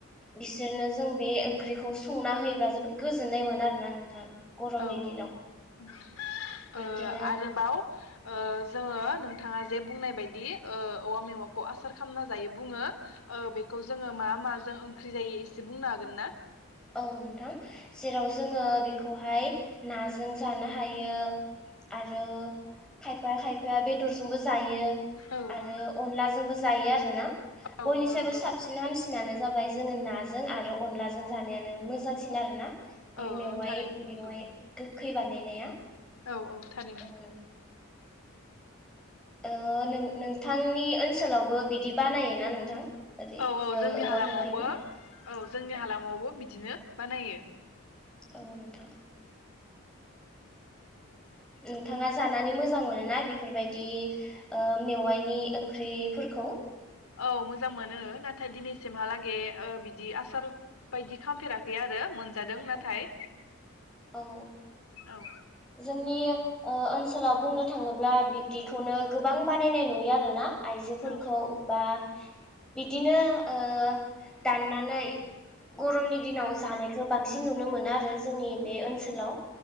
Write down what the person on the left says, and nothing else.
औ औ
औ उम
ओ आरोबाव ओ जोङो नोंथाङा जे बुंनाय बायदि ओ औवा मेवाखौ आसार खालामना जायो बुङो ओ बेखौ जोङो मा माजों ओंख्रि जायो एसे बुंनो हागोन ना?
औ
औ
औ
औ नंगौ
औ
औ थारैनो
नंगौ
औ औ थारैनो
औ औ
जोंनि
हालामावबो
औ जोंनि
हालामावबो बिदिनो बानायो
औ मोजां मोनो नाथाय दिनैसिमहालागै ओ बिदि आसार बायदि खालामफेराखै आरो मोनस जादों
नाथाय
औ
औ